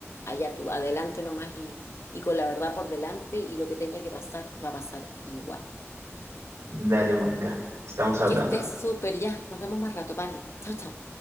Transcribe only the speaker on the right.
Dale, Mónica, estamos hablando.